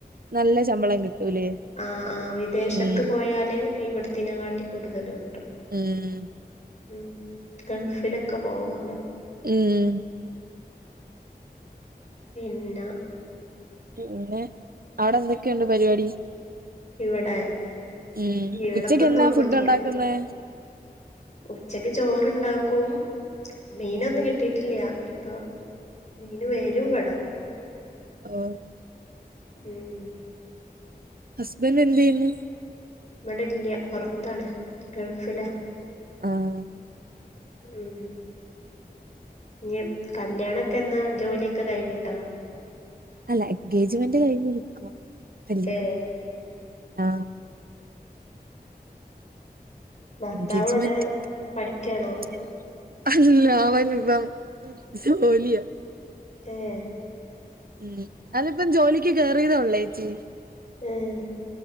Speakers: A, on the right (about 65°); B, on the left (about 45°).
A: നല്ല ശമ്പളം കിട്ടൂലേ
B: ആ ആ വിദേശത്ത്
A: ഉം
B: പോയാല് ഇവിടത്തിനെ കാട്ടി കൂടുതല് കിട്ടും
A: ഉം
B: ഉം ഗൾഫിലൊക്കെ പോവാല്ലോ
A: ഉം
B: പിന്നാ
A: പിന്നെ അവിടെ എന്തൊക്കെണ്ട് പരിപാടി
B: ഇവിടെ
A: ഉം
B: ഇവിടെപ്പൊന്നും
A: ഉച്ചക്ക് എന്താ
B: ഒന്നുല്ല
A: ഫുഡ് ഉണ്ടാക്കുന്നെ
B: ഉച്ചക്ക് ചോറുണ്ടാക്കും മീനൊന്നുംകിട്ടി
A: ഉം
B: ട്ടില്ല ഇനിപ്പ മീന് വേരും ഇവടെ
A: ഓ
B: ഉം
A: ഹസ്ബൻഡ് എന്തെയ്യുന്നു?
B: ഇവിടെല്ല്യ പൊറത്താണ് ഗൾഫില
A: ആഹ്
B: ഉം ഇഞ്ഞി കല്ലിയാണൊക്ക എന്നാ ജോലിയൊക്കെ കഴിഞ്ഞിട്ടോ?
A: അല്ല എൻഗേജ്മെന്റ് കഴിഞ്ഞ്നിക്കുവാ കല്യാണം
B: ഏ
A: ആ
B: ഭർത്താവ്
A: എൻഗേജ്മെന്റ്
B: എവിടെ പഠിക്കാണോ
A: <inaudible> അല്ല അവന്ഇപ്പം ജോലിയ
B: ഏഹ്
A: ഉം അതിപ്പം ജോലിക്ക് കേറിയതേ ഒള്ള് ഏച്ചി
B: ഉം